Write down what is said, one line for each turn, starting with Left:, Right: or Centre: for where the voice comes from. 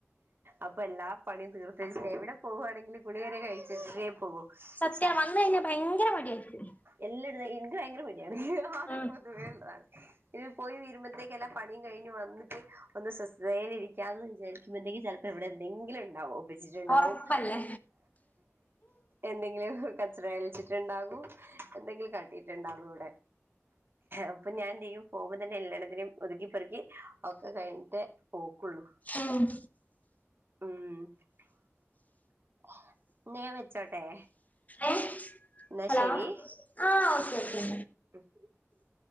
Right: അപ്പൊ എല്ലാ പണിയും തീർത്തേച്ച് എവിടെ പോവുവാണെങ്കിലും കുളികരെ കഴിച്ചിട്ടേ പോകൂ
Left: സത്യം
Right: സാര
Left: വന്ന് കഴിഞ്ഞാൽ ഭയങ്കര മടിയായിരിക്കും
Right: എല്ലായിടത്തും എനിക്ക് ഭയങ്കര മടിയാണ് അത്
Left: ഉം
Right: പൊതുവേള്ളതാണ് ഇനി പോയി വരുമ്പോഴത്തേക്ക് എല്ലാ പണിയും കഴിഞ്ഞ് വന്നിട്ട് ഒന്ന് സ്വസ്ഥതയില് ഇരിക്കാന്ന് വിചാരിക്കുമ്പോ എന്തെങ്കിൽ ചിലപ്പോ ഇവിടെ എന്തെങ്കിലും ഉണ്ടാവും വെച്ചിട്ടിണ്ടാവും
Left: ഒറപ്പല്ലേ
Right: എന്തെങ്കിലും കച്ചറ കലിച്ചിട്ടുണ്ടാകും എന്തെങ്കിലും കാട്ടിട്ടുണ്ടാകും ഇവിടെ അപ്പൊ ഞാൻ എന്ത് ചെയ്യും പോകുമ്പോ തന്നെ എല്ലാടത്തിനും ഒതുക്കി പെറുക്കി ഒക്കെ കഴിഞ്ഞിട്ട് പോക്കുള്ളൂ
Left: ഉം
Right: ഉം എന്നാ ഞാൻ വെച്ചോട്ടെ
Left: ഏ
Right: എന്നാ
Left: ഹലോ
Right: ശരി
Left: ആ ഓക്കെ ഓക്കേ
Right: <inaudible>